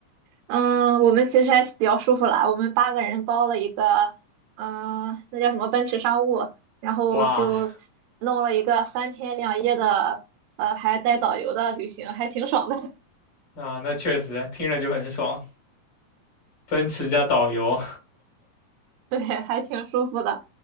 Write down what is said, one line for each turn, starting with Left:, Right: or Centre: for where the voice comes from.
Right: 嗯，我们其实还比较舒服啦，我们八个人包了一个，嗯，那叫什么奔驰商务，然后就弄了一个三天两夜的，
Left: 哇，
Right: 呃，还带导游的旅行，还挺爽的。
Left: 啊，那确实听着就很爽，奔驰加导游，
Right: 对，还挺舒服的。